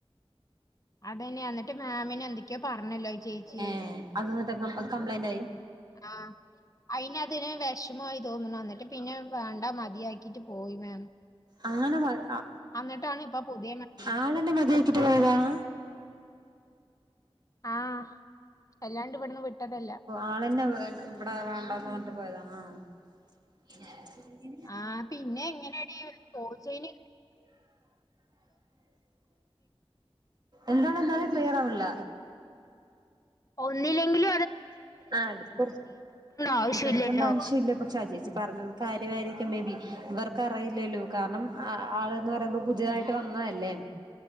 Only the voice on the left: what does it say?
അതന്നെ ന്നിട്ട് മാമിനെ എന്തൊക്കെയോ പറഞ്ഞല്ലോ ചേച്ചി
ആഹ അയിൻ അതിന് വിഷമായി തോന്ന്ണ് ന്നിട്ട് പിന്നെ വേണ്ട മതിയാക്കിട്ട് പോയി മാം
എന്നിട്ടാണ് ഇപ്പൊ പുതിയ മാം വന്നത്
ആഹ അല്ലാണ്ട് ഇവിടുന്ന് വിട്ടതല്ല
ആ പിന്നെ എങ്ങനെടി ചോയ്ച്ചിന്
ഒന്നിലെങ്കിലും
ആവശ്യമില്ലല്ലോ